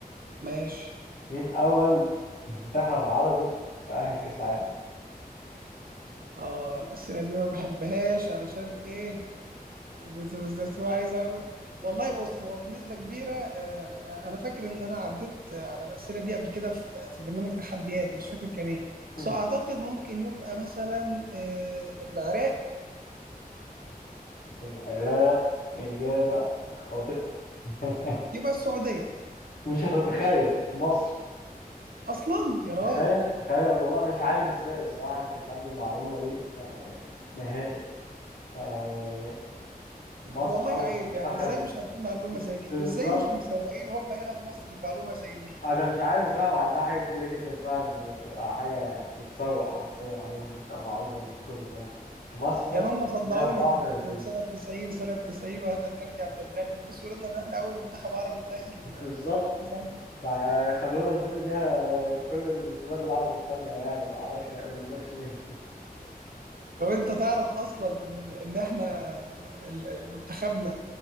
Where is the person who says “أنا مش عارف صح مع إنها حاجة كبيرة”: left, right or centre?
Left